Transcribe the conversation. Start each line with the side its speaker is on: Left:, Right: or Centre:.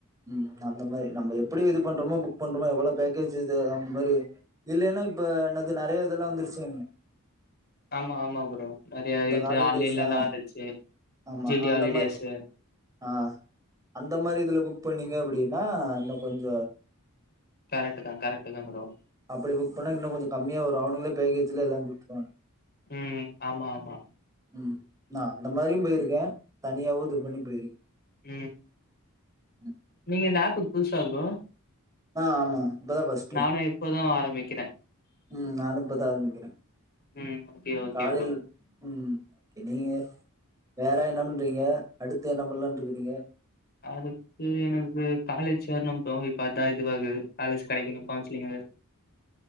Right: ம் அந்த மாரி நம்ம எப்படி இது பண்றோமோ புக் பண்றோமோ எவ்வளோ பேக்கேஜ் இ அந்த மாரி இல்லைன்னா இப்ப என்னது நறைய இதெல்லா வந்துருச்சுங்
Left: ஆமா ஆமா ப்ரோ நறைய இது
Right: ஹாலிடேஸ்
Left: ஆன்லைன்ல எல்லா
Right: ஆ
Left: வந்துச்சு
Right: ஆமா
Left: ஜி டி
Right: அந்த
Left: ஹாலிடேஸு
Right: மாரி ஆ அந்த மாரி இதுல புக் பண்ணீங்க அப்படின்னா இன்னு கொஞ்ச
Left: கரக்ட் தான் கரக்ட் தான் ப்ரோ
Right: அப்படி புக் பண்ணா இன்னு கொஞ்ச கம்மியா வரு அவனுங்களே பேக்கேஜ்ல எல்லா குடுத்துருவானுங்
Left: ம் ஆமா ஆமா
Right: ம் நா அந்த மாரியும் போயிருக்கே தனியாவு இது பண்ணி போயிருக்கே
Left: ம்
Right: ம்
Left: நீங்க இந்த ஆப்புக்கு புதுசா ப்ரோ
Right: ஆ ஆமா இப்பதா ஃபஸ்ட்டு
Left: நானு இப்பதா ஆரம்பிக்கிறே
Right: ம் நானு இப்பதா ஆரம்பிக்கிறே
Left: ம் ஓகே ஓகே
Right: காலையில்
Left: ப்ரோ
Right: ம் நீங்க வேற என்ன பண்றீங்க அடுத்து என்ன பண்லானு இருக்கிறீங்க
Left: அடுத்து எனக்கு காலேஜ் சேரணும் ப்ரோ இப்ப அதான் இதுவாகுது காலேஜ் கடைக்கணு கவுன்சிலிங் <unintelligible>